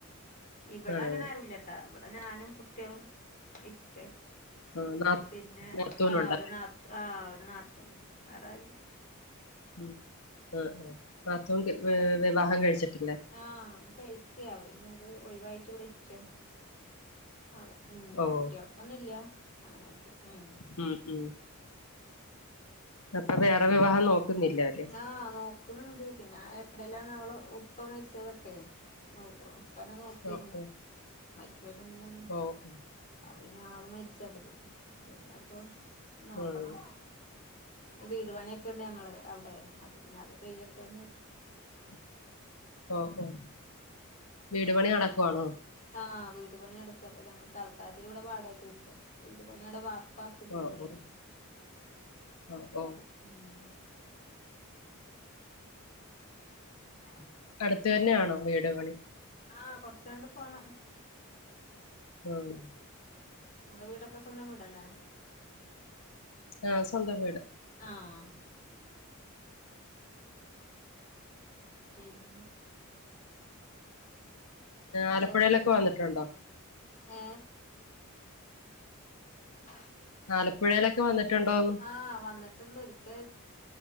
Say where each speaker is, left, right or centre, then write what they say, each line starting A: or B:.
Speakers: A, on the left; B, on the left.
A: ഇവിടെ
B: ആഹ്
A: അങ്ങനെ ആരുല്ലട്ടാ, ഇവിടെ ഞാനും, കുട്ടികളും, ഇക്കിം
B: <unintelligible>
A: പിന്നെ
B: നാത്തൂനുണ്ട്
A: ആ ഒരു നാ തൂ ഒരു നാക്കൂൻ, വേറാരൂല്ല്യ
B: ഉ ആ ആ നാത്തൂൻ വി വിവാഹം കഴിച്ചിട്ടില്ലേ?
A: ആഹ ഒന്ന് കഴിച്ചാപിന്നെ അത് ഒഴിവായിട്ട് ഇവിടെ ഇരിക്കാണ്. ആള് ഉ
B: ഓഹ്
A: കുട്ടികളൊന്നും ഇല്ല ഒറ്റക്കാണ്
B: ഉം ഉം. അപ്പൊ വേറെ വിവാഹം നോക്കുന്നില്ലേ അവര്?
A: ആഹ് നോക്ണ്‌ണ്ട് പിന്നെ ആ എടെലാണ് അവളെ ഉപ്പ മരിച്ചതൊക്കെ. <inaudible> ഉപ്പ ന്നെ നോക്കിയിരുന്ന്
B: ഓഹ്
A: മരിക്കുന്നതിന്റെ മുന്നന്നെ
B: ഓഹ് ഓഹ് ഉം
A: അ പിന്നെ ആള് മരിച്ചപ്പതിന് പിന്നെപ്പം നോക്കണം.
B: ആഹ്
A: വീട് പണിയൊക്കെ ഉണ്ട് ഞങ്ങള് അവിടെ, അപ്പൊ പിന്നെ അത് കയ്യട്ടെന്ന്‌വെച്ച്
B: <inaudible> ഓ ഓ വീട് പണി നടക്കൊവാണോ?
A: ആ ആ വീട് പണി നടക്കാ അപ്പൊ ഞങ്ങൾ തൽക്കാലത്തിൽ ഇവിടെ വാടകക്ക് നിക്ക, വീട് പണിയുടെ വാർ ർപ്പാക്ക് ഇണ്ട്
B: ഓഹ്
A: വീടെ
B: ഓഹ് ഓഹ്
A: അപ്പൊ
B: ഓഹ്
A: അത് ഉം <unintelligible>
B: അട്ത്ത് തന്നെയാണോ വീട് പണി?
A: ആഹ കൊർച്ചണ്ട് പോണം.
B: ഉം
A: ഇങ്ങളെ വീടൊക്കെ സ്വന്തം വീടെല്ലേ?
B: ആഹ സ്വന്തം വീട്.
A: ആഹ പിന്നെ <unintelligible>
B: ആലപ്പുഴയിലൊക്കെ
A: ചോറൊക്കെ തിന്ന്
B: വന്നിട്ടുണ്ടോ
A: ഏ <inaudible>
B: ആലപ്പുഴയിലൊക്കെ വന്നിട്ടുണ്ടോന്ന്?
A: ആഹ് വന്നിട്ടുണ്ട് ഒരിക്കൽ,